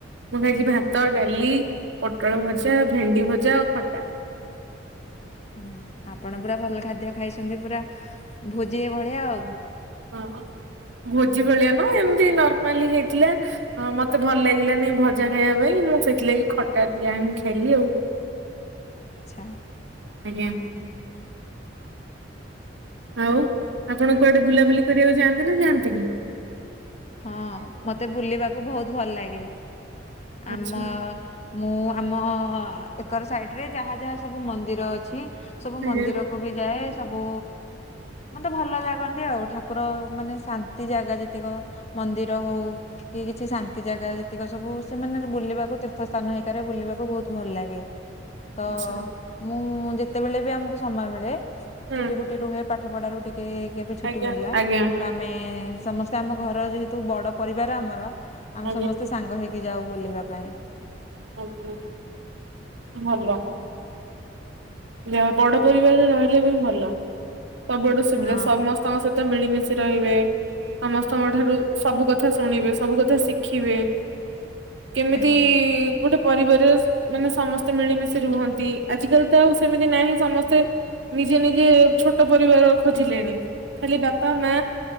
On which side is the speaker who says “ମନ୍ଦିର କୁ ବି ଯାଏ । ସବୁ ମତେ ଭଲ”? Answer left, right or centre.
Left